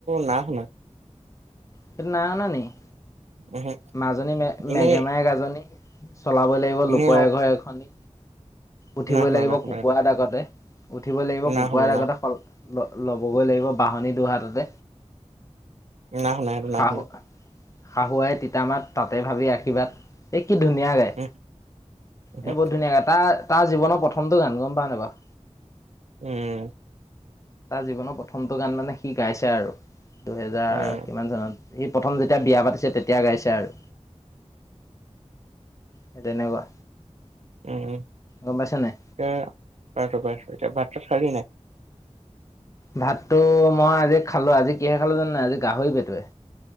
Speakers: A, on the right; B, on the left.
A: নাই শুনা।
B: সেইটো নাই শুনা নেকি,
A: উহু,
B: মাজনী ম-মেগে
A: এনে
B: মায়ে গাজনী চলাবলৈ লাগিব,
A: এনে
B: লোপ ঘৰ এখনি উঠিবই
A: না শুনা
B: লাগিব
A: না শুনা
B: কুকুাৰ
A: সেইটো
B: দাহ, আগতে উঠিব লাগিব
A: না
B: কুকুাৰ
A: শুনা না
B: আগতে ল, ল'বগৈ লাগিব বাঁহনি দুহাটতে।
A: নাই শুণা সেইটো। না
B: শাহু-শাহুুৱাই,
A: শুনা
B: তিতামাত, তাতে ভাবি আশীৰ্বাদ। এই কি ধুনীয়া গায়,
A: উম, উহু,
B: এই বহুত ধুনীয়া গায়, তাৰ তাৰ জীৱনৰ প্ৰথমটো গান গম পোৱা নোই বাৰু।
A: উম,
B: তাৰ জীৱনৰ প্ৰথমটো গান মানে সি গাইছে আৰু দুহেজাৰ
A: উম,
B: কিমান সি প্ৰথম যেতিয়া বিয়া পাতিছে তেতিয়া গাইছে আৰু। সেই তেনেকুৱা,
A: উম,
B: গম পাইছ নে নাই?
A: এতিয়া পাইছো, পাইছো, এতিয়া ভাত-চাত খালি নাই?
B: ভাততো মই আজি খালো, আজি কিহে খালো জানো নাই আজি গাহৰি পেটোৱে।